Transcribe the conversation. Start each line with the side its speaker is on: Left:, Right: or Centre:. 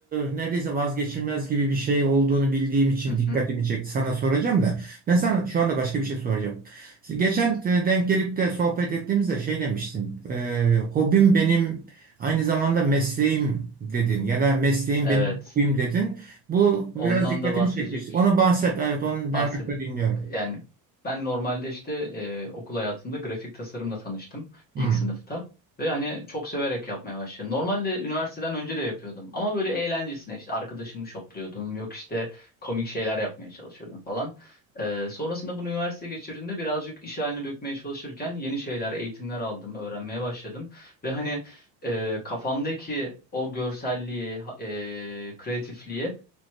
Right: e, neredeyse vazgeçilmez gibi bir şey olduğunu bildiğim için
Left: Hı
Right: dikkatimi
Left: hı.
Right: çekti. Sana soracağım da. Ben sana şu anda başka bir şey soracağım. Geçen e, denk gelip de sohbet ettiğimizde şey demiştin. E, hobim benim aynı zamanda mesleğim dedin ya da mesleğim
Left: Evet.
Right: benim hobim dedin. Bu biraz
Left: Ondan
Right: dikkatimi
Left: da bahsedecek
Right: çekmişti. Onu bahset. Evet onu merakla
Left: bahsede
Right: dinliyorum.
Left: yani ben normalde işte e, okul hayatımda grafik tasarımla tanıştım
Right: Hmm,
Left: ilk sınıfta ve hani çok severek yapmaya başladım. Normalde üniversiteden önce de yapıyordum ama böyle eğlencesine işte arkadaşımı şokluyordum yok işte komik şeyler yapmaya çalışıyordum falan. E, sonrasında bunu üniversiteye geçirdiğimde birazcık iş haline dökmeye çalışırken yeni şeyler, eğitimler aldım, öğrenmeye başladım ve hani e, kafamdaki o görselliği, ha- e, kreatifliği